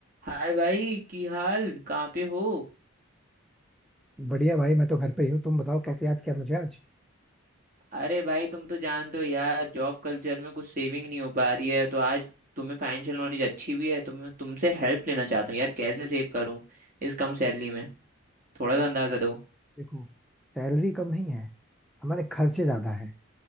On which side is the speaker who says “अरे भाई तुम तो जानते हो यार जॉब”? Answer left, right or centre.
Right